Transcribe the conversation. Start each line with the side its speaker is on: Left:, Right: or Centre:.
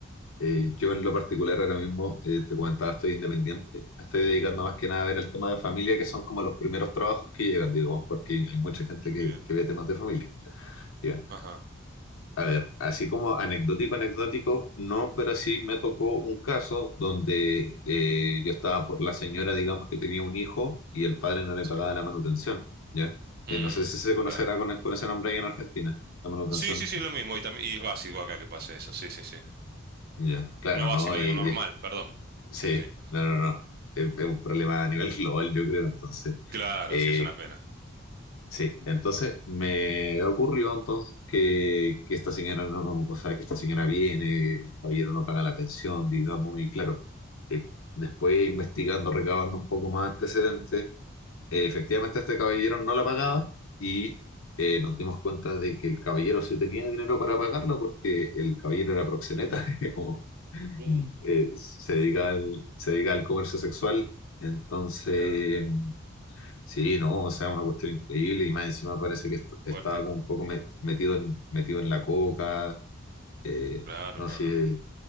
Left: eh, yo en lo particular ahora mismo, eh, te comentaba, estoy independiente. Me estoy dedicando más que nada a ver el tema de familia, que son como los primeros trabajos que llegan, digamos, porque hay mucha gente
Right: Muy
Left: que,
Right: bien.
Left: que ve temas de familia. ¿ya?
Right: Ajá,
Left: A ver, así como anecdótico, anecdótico, no, pero sí me tocó un caso donde eh, yo estaba por la señora, digamos, que tenía un hijo y el padre no le
Right: sí.
Left: pagaba la manutención, ¿ya?
Right: Mm,
Left: Eh, no sé si se conocerá
Right: claro.
Left: con, con ese nombre ahí en Argentina, la manutención.
Right: Sí, sí, sí, es lo mismo. Y también, y es básico acá que pase eso. Sí, sí, sí.
Left: Ya, claro,
Right: No básico,
Left: ¿no? Y-
Right: digo normal,
Left: y-
Right: perdón.
Left: sí,
Right: Sí, sí, sí.
Left: no, no, no. Es, es un problema a nivel <laughs> global, yo creo, entonces.
Right: Claro,
Left: eh,
Right: sí, es una pena.
Left: Sí, entonces me ocurrió entonces que, que esta señora no, o sea, que esta señora viene, el caballero no paga la pensión, digamos, y claro, eh, después investigando, recabando un poco más antecedentes, eh, efectivamente este caballero no la pagaba y eh, nos dimos cuenta de que el caballero sí tenía dinero para pagarlo porque el caballero era proxeneta, <laughs> digamos,
Right: Uh,
Left: eh, se dedica al, se dedica al comercio sexual, entonces...
Right: mirá,
Left: Sí, no, o sea, una cuestión increíble y más encima parece que est- estaba
Right: fuerte.
Left: como un poco me- metido en, metido en la coca, eh,
Right: Claro,
Left: no
Right: no,
Left: sé,
Right: no, no.